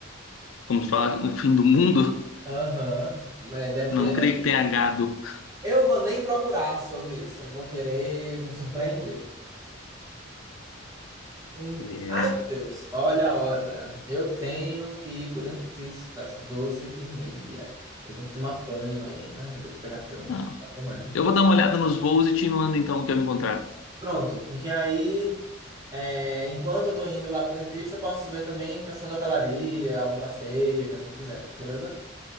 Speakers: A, on the left; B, on the right.
A: como tu fala, o fim do mundo.
B: Aham, mas
A: <laughs>
B: deve
A: Não
B: ter.
A: creio
B: né?
A: que tenha gado.
B: Eu vou nem procurar sobre isso, eu vou querer me surpreender. Hum,
A: É.
B: Ai, meu Deus, olha a hora. Eu tenho que ir pro dentista às 12h30. Eu tenho que tomar banho ainda. Ai, meu Deus, pegar trânsito.
A: Não.
B: Sabe como é, né?
A: Eu vou dar uma olhada nos voos e te mando então o que eu encontrar.
B: Pronto, porque aí, é, enquanto eu tô indo lá pro dentista, posso ver também questão de hotelaria, algum passeio que a gente quiser, beleza?